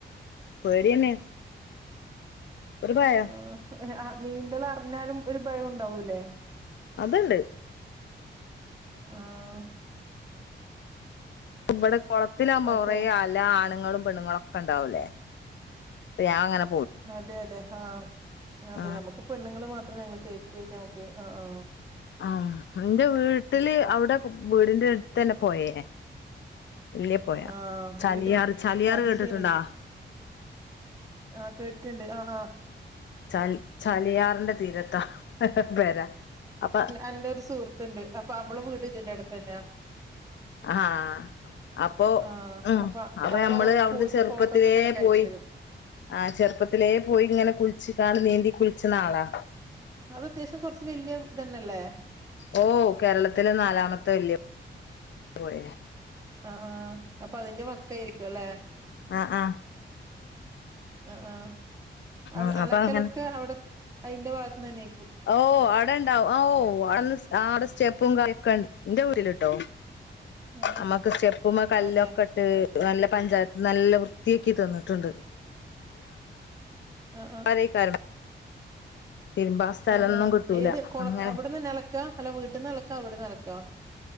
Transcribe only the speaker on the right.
ആഹ് നീന്തൽ അറിഞ്ഞാലും ഒരു ഭയം ഉണ്ടാവൂല്ലേ
ആഹ
അതെ
അതെ അതെ ആ അതെ
നമ്മക്ക് പെണ്ണുങ്ങൾ മാത് സേഫ്റ്റി ആയിട്ട്മക്ക് ആ ആ
ആ
വീട്ടന്
അത്
ശെരി ആ കേട്ടിണ്ട് ആ ആ
എന്റെ ഒരു സുഹൃത്തുണ്ട് അപ്പൊ അവള് വീട് ഇതിന്റെടു പിന്നോ
ആഹ്
അപ്പൊ അവള
അതവിടെ
പോയിട്ട്
ഫോട്ടോസൊക്കെ എനക്ക്
അയച്ചു തരും
അത് അത്യാവശ്യം കുറച്ച് വല്യ ഇതന്നെല്ലേ
ആ ആ അപ്പൊ അതിന്റെ വക്കായിരിക്കുവല്ലേ
ആ ആ
അവ് അലക്കലൊക്കെ
അവിടെ അയിന്റെ ഭാഗത്ത്ന്നെന്നെ
ആഹ്
അതെ
ആ
ആ
അ അ
ഏത് കൊള
അവിടുന്ന് തന്നെ അലക്ക അല്ല വീട്ടീന്ന് അലക്ക അവിടുന്ന് അലക്ക